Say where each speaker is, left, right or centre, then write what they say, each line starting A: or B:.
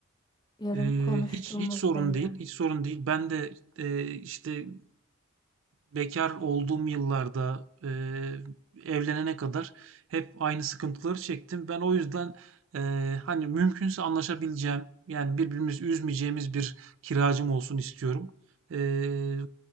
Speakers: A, on the left; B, on the right.
A: Yarın
B: Ee,
A: konuştuğumuzda
B: hiç hiç sorun
A: yine.
B: değil, hiç sorun değil. Ben de e, işte bekar olduğum yıllarda eee, evlenene kadar hep aynı sıkıntıları çektim. Ben o yüzden eee, hani mümkünse anlaşabileceğim yani birbirimizi üzmeyeceğimiz bir kiracım olsun istiyorum. Eee,